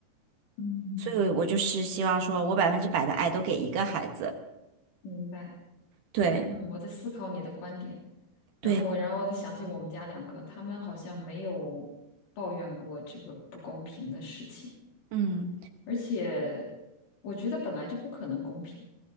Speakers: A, on the left; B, on the right.
A: 嗯，
B: 所以我就是希望说我百分之百的爱都给一个孩子。
A: 明白。
B: 对
A: 嗯，我在思考你的观点，
B: 对，
A: 然后我然后我就想起我们家两个，他们好像没有抱怨过这个不公平的事情，
B: 嗯，
A: 而且我觉得本来就不可能公平。